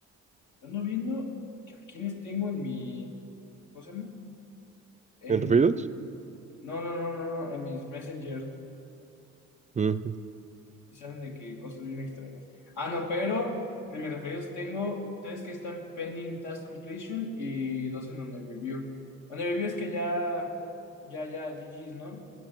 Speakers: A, on the left (about 75°); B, on the right (about 25°).
A: Yo ando viendo que a quienes tengo en mi, ¿cómo se llama? En,
B: ¿En referidos?
A: no, no, no, no, no, en mis messengers.
B: Ujú.
A: Y salen de que cosas bien extrañas. Ah, no, pero de mis referidos tengo tres que están pending task completion y dos en under review. Under review es que ya, ya, ya, GG's, ¿no?